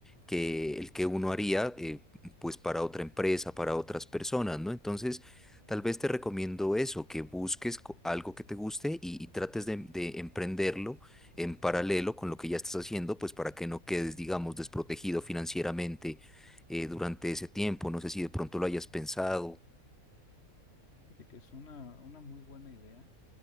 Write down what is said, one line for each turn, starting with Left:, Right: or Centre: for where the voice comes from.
Centre: que el que uno haría eh, pues para otra empresa, para otras personas, ¿no? Entonces, tal vez te recomiendo eso, que busques co- algo que te guste y, y trates de, de emprenderlo en paralelo con lo que ya estás haciendo, pues para que no quedes, digamos, desprotegido financieramente eh, durante ese tiempo. No sé si de pronto lo hayas pensado.
Left: Fíjate que es una, una muy buena idea,